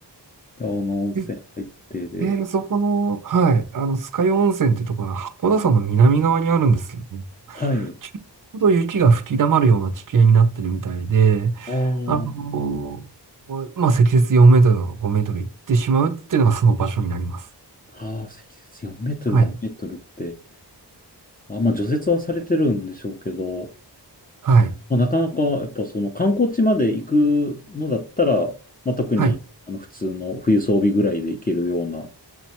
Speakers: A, on the left; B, on the right.
A: 青の温泉入ってで、
B: い。で、でそこの、はい、あの、酸ヶ湯温泉ってとこは函館山の南側にあるんですけども、
A: はい。
B: ちょうど雪が吹き溜まるような地形になってるみたいで、
A: あー
B: あのまあ、積雪4メートルとか5メートル行ってしまうっていうのがその場所になります。
A: あー、積雪4メートル、
B: はい。
A: 5メートルって、あ、まあ除雪はされてるんでしょうけど、
B: はい。
A: まあ、なかなかやっぱその観光地まで行くのだったら、まあ、特にあの普通の冬装備ぐらいで行けるような
B: はい。